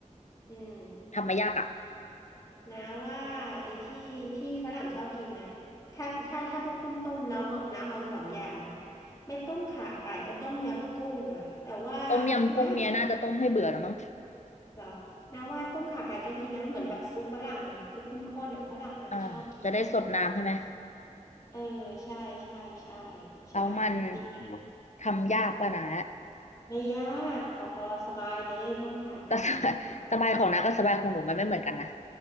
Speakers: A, on the left (about 25°); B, on the left (about 65°).
A: อืม
B: ทำไม่ยากอ่ะ
A: นะว่าไอ้ที่ที่ฝรั่งชอบกินนะถ้าถ้าถ้าพวกต้มต้มน้ำน้ำมองสองอย่างนะไม่ต้มข่าไก่ก็ต้มยำกุ้งอ่ะแต่ว่า
B: ต้มยำกุ้งเมียน่าจะต้มให้เบื่อแล้วมั้ง
A: น้าเห็นเหรอน้าว่าต้มข่าไก่ก็ดีนะเหมือนแบบซุปฝรั่งไงซุปข้นๆอ่ะฝรั่งน่าจะชอบกิน
B: อ่าจะได้สดน้ำใช่ไหม
A: เออใช่ใช่ใช่ใช่
B: แล้วมัน
A: ดีไหม
B: ทำยากป่ะนะ
A: อืมไม่ยากพอพอสบายเลยต้มข่าไก่เนี่ยครับ
B: แต่สบายสบายของน้ากับสบายของหนูมันไม่เหมือนกันนะ